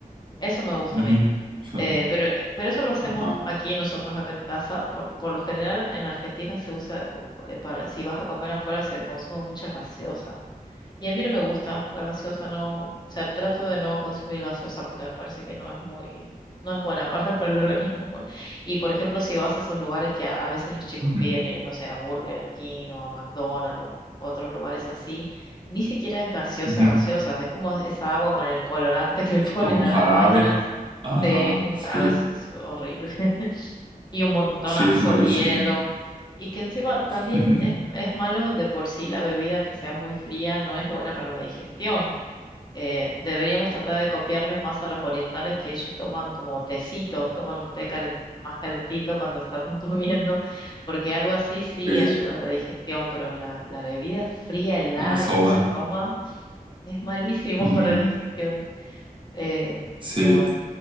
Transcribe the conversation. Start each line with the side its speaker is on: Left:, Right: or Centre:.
Left: Eso me gusta
Right: ujú,
Left: a mí.
Right: Son...
Left: Eh, pero, eh, pero eso lo hacemos
Right: Ajá.
Left: aquí nosotros acá en casa. Por, por lo general en Argentina se usa, uh, eh, para, si vas a comer afuera se consume mucha gaseosa y a mí no me gusta la gaseosa, no, o sea, trato de no consumir gaseosa porque me parece que no es muy, no es buena <laughs> para, para el organismo. <laughs> Y por ejemplo, si vas a esos lugares que a, a veces los chicos
Right: ujú,
Left: piden ir, no sé, a Burger King o a McDonald's o otros lugares así, ni siquiera es gaseosa,
Right: ujú,
Left: gaseosa, es como esa agua con el colorante <laughs> que le ponen
Right: Como
Left: a
Right: jarabe.
Left: las máquinas,
Right: Ajá,
Left: de, como un
Right: sí.
Left: jarabe, es es horrible y un montonazo
Right: Sí, es malísimo.
Left: de hielo. Y que encima también
Right: <laughs>
Left: es, es malo de por sí la bebida que sea muy fría, no es buena para la digestión. Eh, deberíamos tratar de copiarles más a los orientales que ellos toman como tecitos, toman un té calen- más calentito cuando están <laughs> comiendo, porque algo así sí
Right: Sí,
Left: ayuda a la digestión, pero la, la bebida fría, helada,
Right: la soda.
Left: como se toma, es malísimo
Right: ujú,
Left: <laughs> para la digestión. Eh,
Right: Sí.
Left: pero bueno,